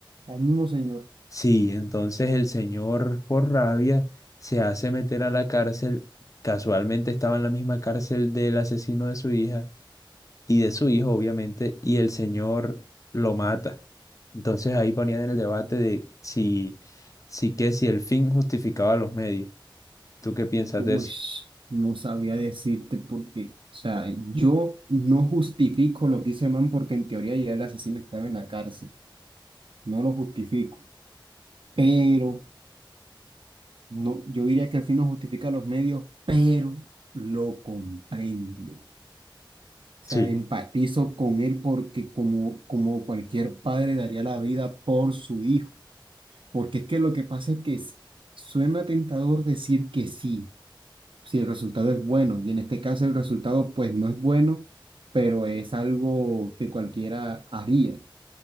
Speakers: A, on the right; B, on the left.
A: Al mismo señor.
B: Sí, entonces el señor por rabia se hace meter a la cárcel. Casualmente estaba en la misma cárcel del asesino de su hija y de su hijo, obviamente, y el señor lo mata. Entonces ahí ponían en el debate de si, si que si el fin justificaba los medios. ¿Tú qué piensas
A: Uy,
B: de eso?
A: no sabría decirte por qué. O sea, yo no justifico lo que hizo el man porque en teoría ya el asesino estaba en la cárcel. No lo justifico. Pero, no, yo diría que al fin no justifica los medios, pero lo comprendo. O sea,
B: Sí,
A: empatizo con él porque como, como cualquier padre daría la vida por su hijo. Porque es que lo que pasa es que s- suena tentador decir que sí, si el resultado es bueno. Y en este caso el resultado pues no es bueno, pero es algo que cualquiera haría.